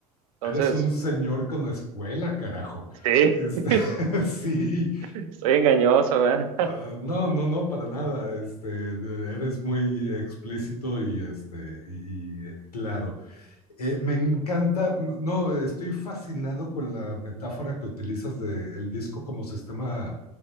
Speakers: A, on the right; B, on the left.
A: Entonces,
B: Eres un señor con escuela, carajo.
A: sí,
B: Este,
A: <laughs>
B: <laughs> sí,
A: estoy engañoso, ¿verdad?
B: Ah, no, no, no, para nada. Este, de- eres muy explícito y, este, y, y, eh, claro. Eh, me encanta, no, estoy fascinado con la metáfora que utilizas del disco como sistema